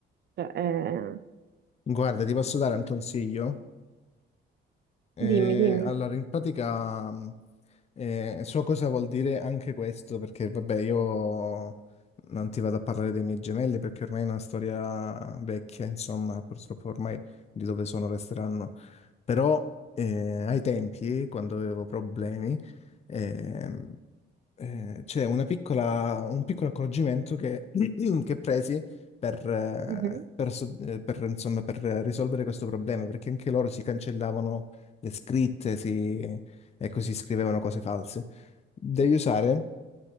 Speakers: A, on the right; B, on the left.
A: Cioè, eh,
B: Guarda, ti posso dare un consiglio? Eh,
A: dimmi, dimmi.
B: allora, in pratica mh, eh, so cosa vuol dire anche questo, perché vabbè, io non ti vado a parlare dei miei gemelli perché ormai è una storia vecchia, insomma, purtroppo ormai di dove sono resteranno. Però eh, ai tempi, quando avevo problemi, ehm, eh, c'è una piccola, un piccolo accorgimento che, <clears throat> che presi per, eh,
A: Mhm.
B: per so- eh, per, insomma, per risolvere questo problema, perché anche loro si cancellavano le scritte, si, ecco, si scrivevano cose false. Devi usare